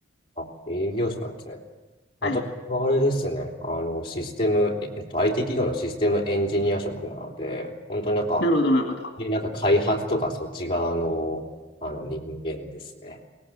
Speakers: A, on the left; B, on the left.
A: あ、営業職なんですね。私はあれですね。
B: はい。
A: あの、システム、えっと、IT 企業のシステムエンジニア職なので、本当になんか、
B: なるほど、なるほど。
A: でなんか開発とかそっち側の、あの人間ですね。